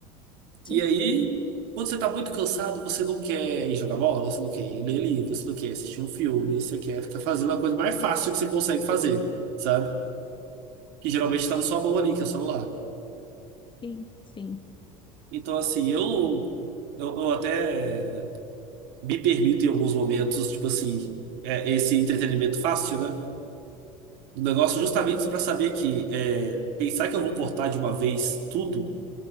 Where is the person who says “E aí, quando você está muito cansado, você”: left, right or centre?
Right